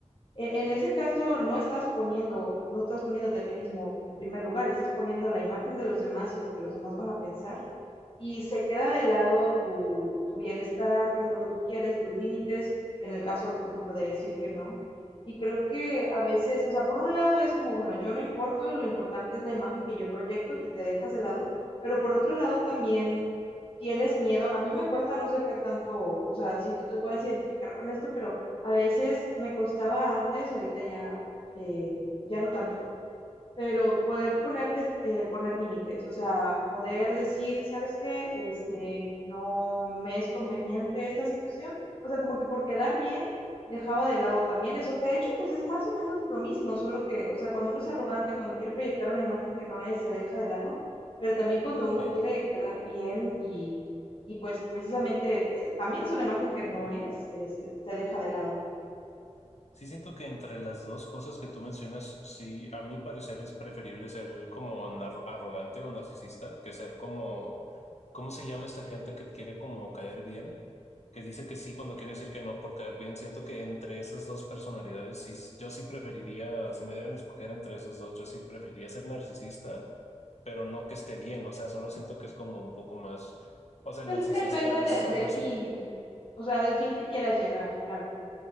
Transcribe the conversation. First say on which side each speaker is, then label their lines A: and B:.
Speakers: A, on the left (about 50°); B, on the left (about 65°).
A: e- En ese caso, no estás poniendo, no estás poniéndote a ti mismo en primer lugar, estás poniendo la imagen de los demás y lo que los demás van a pensar. Y se queda de lado tu, tu bienestar, qué es lo que tú quieres, tus límites, en el caso, por ejemplo, de decir que no. Y creo que a veces, o sea, por un lado es como, bueno, yo no importo, lo importante es la imagen que yo proyecto y te dejas de lado, pero por otro lado también tienes miedo. A mí me cuesta no sé qué tanto, o sea, si tú te puedes identificar con esto, pero a veces me costaba antes, ahorita ya, eh, ya no tanto, pero poder poner, des- eh, poner límites, o sea, poder decir, ¿sabes qué? Este, no me es conveniente esta situación. O sea, como que por quedar bien, dejaba de lado también eso que de hecho, pues es más o menos lo mismo, solo que, o sea, cuando uno es arrogante, cuando quiere proyectar una imagen que no es, se deja de lado, pero también cuando uno
B: eh,
A: quiere quedar bien y, y pues precisamente eh, también es una imagen que no es, este, te deja de lado.
B: Sí, siento que entre las dos cosas que tú mencionas, sí, a mi parecer es preferible ser como nar- arrogante o narcisista que ser como, ¿cómo se llama esta gente que quiere como caer bien? Que dice que sí cuando quiere decir que no por caer bien. Siento que entre esas dos personalidades, sí, yo sí preferiría, si me dieran a escoger entre esas dos, yo sí preferiría ser narcisista, pero no que esté bien. O sea, solo siento que es como un poco más, o sea,
A: Pues
B: el narcisista
A: es que depende de-
B: se,
A: del
B: res-
A: fin, o sea, del fin que quieras llegar, claro.